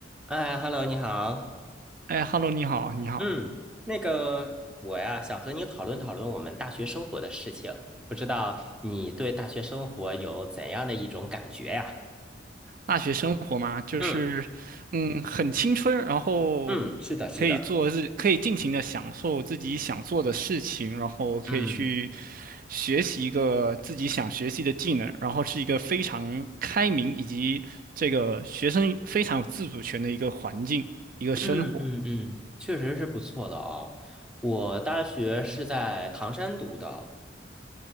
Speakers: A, in the centre; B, on the right (about 50°).
A: 哎，Hello，你好。
B: 哎，Hello，你好，你好。
A: 嗯，那个我呀，想和你讨论讨论我们大学生活的事情。不知道你对大学生活有怎样的一种感觉呀？
B: 大学生活嘛，就是，
A: 嗯
B: 嗯，很青春，然后
A: 嗯，是的，是的。
B: 可以做自，可以尽情的享受自己想做的事情，然后可以去
A: 嗯
B: 学习一个自己想学习的技能，然后是一个非常开明以及这个学生非常有自主权的一个环境，一个生活。
A: 嗯嗯嗯，确实是不错的哦。我大学是在唐山读的。